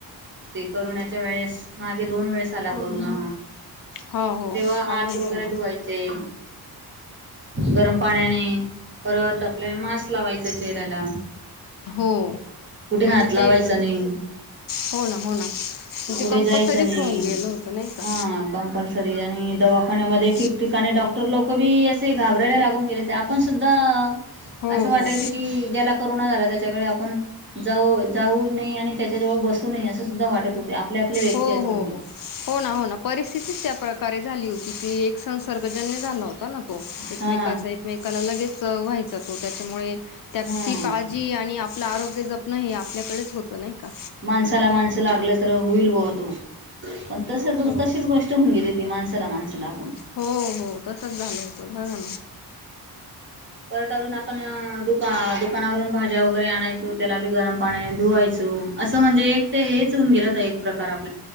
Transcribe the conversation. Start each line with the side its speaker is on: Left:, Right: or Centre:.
Right: करण्याच्या वेळेस मागे दोन वेळेस आला कोरोना
Left: हो हो
Right: तेव्हा
Left: आलं
Right: आत
Left: ना
Right: वगैरे
Left: त्याला
Right: धुवायचे गरम पाण्याने परत आपल्या मास्क लावायचं चेहऱ्याला
Left: हो.
Right: कुठे हात
Left: म्हणजे
Right: लावायचा
Left: ते
Right: नाही.
Left: हो ना हो ना म्हणजे
Right: पुुढे
Left: कंपल्सरीच
Right: जायचं नाही
Left: होऊन गेलं होतं नाही का
Right: हा कंपल्सरी आणि दवाखान्यामध्ये
Left: हो
Right: ठिकठिकाणी डॉक्टर लोक बी असे घाबरायला लाग गेले होते, आपण सुद्धा
Left: हो
Right: असं वाटायच
Left: हो
Right: कि ज्याला करोना झाला त्याच्याकडे आपण जाऊ जाऊ नही आणि त्याच्या जवळ बसू नये सुद्धा वाटत होते. आपले आपले व्यक्ती
Left: हो
Right: असून
Left: हो
Right: बी
Left: हो हो ना हो ना परिस्थितीच त्या प्रक रे झाली होती ती एक संसर्गजन्य झाला होता ना तो एकमेकाच
Right: हा
Left: एकमे लगेच व्हायचा तो, त्याच्यामुळे ती
Right: हा
Left: काळजी आणि आपलं आरोग्य जपण हे आपल्याकडेच होत नाही? का
Right: माणसाला माणसं लागलं तर हो पण तशीकज
Left: हो
Right: गोष्ट होऊन गेली होती, माणसाला माणसं लागून
Left: हो हो तसच झाल होतं बघ ना
Right: परत अजून आपण दुका दुकानावरून भाज्या वगैरे आणायचो त्याला बी गरम पाणी धुवायच असं म्हणजे एक ते हेच होऊन गेल तर एक प्रकार आपण